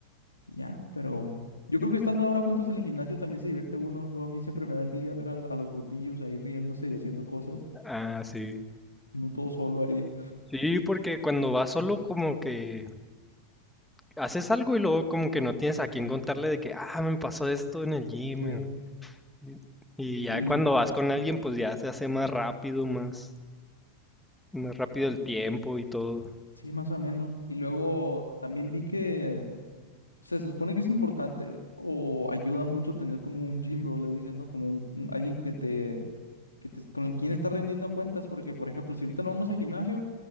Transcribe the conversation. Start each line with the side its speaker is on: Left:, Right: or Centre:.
Left: Y ya, pero yo creo que estando ahora juntos en el gimnasio también se divierte uno. Luego a mí siempre me da envidia ver a, a los grupillos ahí riéndose y haciendo cosas,
Centre: Ah, sí.
Left: no todo solo ahí.
Centre: Sí, porque cuando vas solo como que haces algo y luego como que no tienes a quién contarle de que, ah, me pasó esto en el gym.
Left: Sí.
Centre: Y y
Left: Y
Centre: ya cuando vas con alguien pues ya se hace más rápido, más, más rápido
Left: y-
Centre: el tiempo y todo.
Left: sí, más o menos. Y luego también vi que... O sea, se supone que es importante o ayuda mucho tener como un gym bro, le dicen, ¿no? Como un, un- alguien que te, que te, con quien está rendiendo cuentas, porque por ejemplo, si ahorita no vamos al gimnasio,